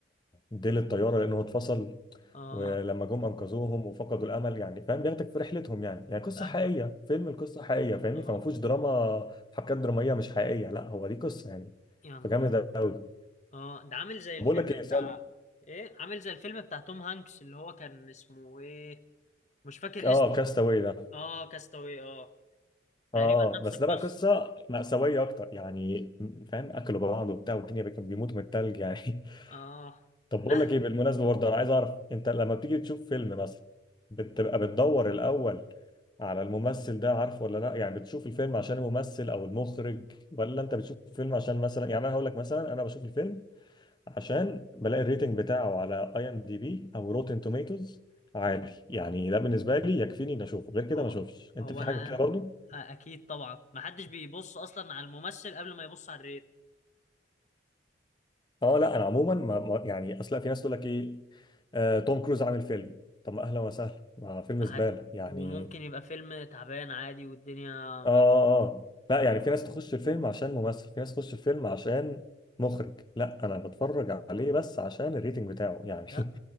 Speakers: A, on the left; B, on the left.
A: ديل الطياره لانه اتفصل
B: اه
A: ولما جم انقذوهم وفقدوا الامل يعني فاهم بياخدك في رحلتهم يعني يعني قصه
B: فاهمك
A: حقيقيه فيلم القصه حقيقيه فاهمني
B: اه
A: فما فيهوش دراما حبكات دراميه مش حقيقيه لا هو دي قصه يعني
B: يا نهار
A: فجامد
B: ابيض
A: قوي
B: اه ده عامل زي
A: بقول
B: الفيلم
A: لك ايه سؤال
B: بتاع ايه عامل زي الفيلم بتاع توم هانكس اللي هو كان اسمه ايه مش فاكر
A: اه
B: اسمه
A: كاستاوي ده
B: اه كاستاوي اه تقريبا
A: اه
B: نفس
A: بس
B: القصة
A: ده بقى قصه مأساويه اكتر يعني فاهم اكلوا بعض وبتاع والدنيا كانوا بيموتوا من التلج يعني <laughs>
B: اه
A: طب
B: لا
A: بقول لك ايه بالمناسبه برضه انا عايز اعرف انت لما بتيجي تشوف فيلم مثلا بتبقى بتدور الاول على الممثل ده عارفه ولا لا يعني بتشوف الفيلم عشان الممثل او المخرج ولا انت بتشوف الفيلم عشان مثلا يعني انا هقول لك مثلا انا بشوف الفيلم عشان بلاقي الريتنج بتاعه على اي ام دي بي او روتن توميتوز عالي
B: آه.
A: يعني ده بالنسبه لي يكفيني اني اشوفه غير كده
B: هو
A: ما اشوفش انت
B: هو
A: في
B: انا
A: حاجه كده برضه
B: أنا- آه، اكيد طبعا ما حدش بيبص اصلا على الممثل قبل ما يبص على الريت
A: اه لا انا عموما ما ما- يعني اصل في ناس تقول لك ايه آه، توم كروز عامل فيلم طب ما اهلا وسهلا ما فيلم
B: هت...
A: زباله يعني
B: وممكن يبقى فيلم تعبان عادي والدنيا ما...
A: اه اه آه. لا يعني في ناس تخش الفيلم عشان ممثل في ناس تخش الفيلم عشان مخرج لا انا بتفرج عليه بس عشان الريتنج بتاعه يعني
B: لا
A: <laughs>